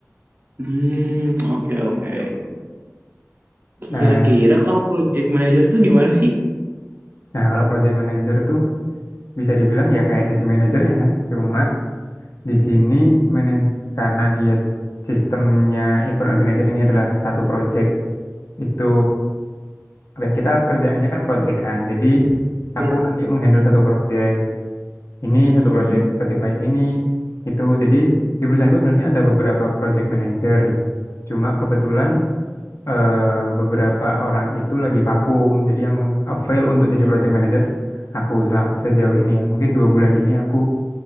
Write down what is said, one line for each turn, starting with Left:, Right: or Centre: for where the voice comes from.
Right: hmm oke oke
Left: gitu. Nah,
Right: kira-kira kalau project manager tuh gimana sih
Left: nah kalau project manager tuh bisa dibilang ya kayak jadi manajernya. Cuma di sini manaj- karena dia sistemnya event organizer ini adalah satu project itu apa ya, kita kerjaannya kan project kan. Jadi aku
Right: Iya.
Left: nanti menghandle satu project ini,
Right: Hmm mm,
Left: satu project
Right: mm.
Left: project lain ini itu. Jadi di perusahaanku sebenarnya ada beberapa project manager. Cuma kebetulan eh, beberapa orang itu lagi vakum. Jadi yang avail untuk
Right: Hmm,
Left: jadi project manager aku selam- sejauh ini ya. Mungkin dua bulan ini aku